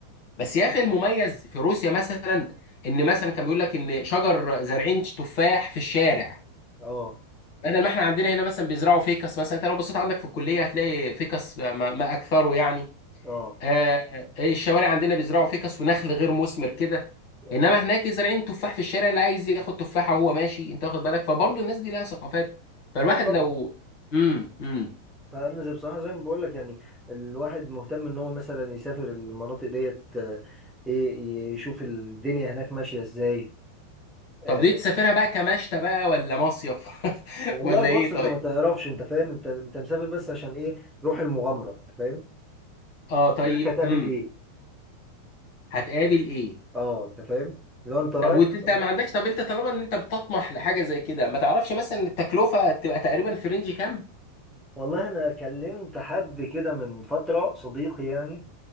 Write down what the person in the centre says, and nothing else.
اه
اه
ايوه
اه طبعا
فانا زي- بصراحه زي ما بقول لك يعني الواحد مهتم ان هو مثلا يسافر المناطق ديت آه، ي- يشوف الدنيا هناك ماشيه ازاي
آه،
والله
بص
انت
ما تعرفش انت فاهم انت انت مسافر بس عشان ايه روح المغامره فاهم
هناك هتقابل
ايه
اه انت فاهم لو انت رايح
طب
والله انا كلمت حد كده من فتره صديقي يعني